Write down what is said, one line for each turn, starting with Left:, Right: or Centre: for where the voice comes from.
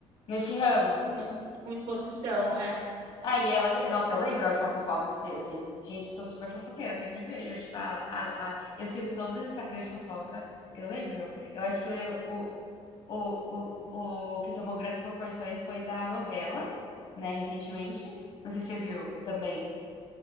Left: nesse ramo.
Right: no- com exposição. É.
Left: Ah e elas. Nossa, eu lembro a última fofoca que teve. Gente, eu sou super fofoqueira, sempre vejo. Tipo, a, a, a- eu sigo todos os Instagrams de fofoca. Eu lembro. Eu acho que o, o, o, o, o que tomou grandes proporções foi da novela, né, recentemente. Não sei se você viu também.